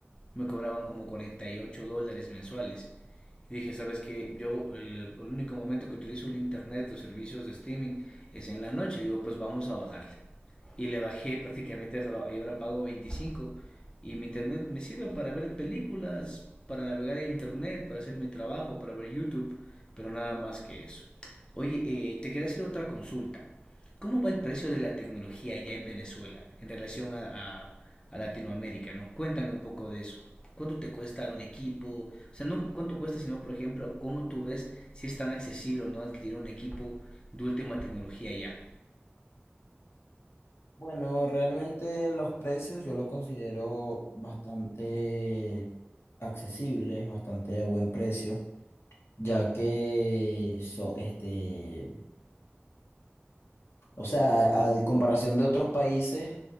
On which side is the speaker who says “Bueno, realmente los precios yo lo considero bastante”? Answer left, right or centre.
Left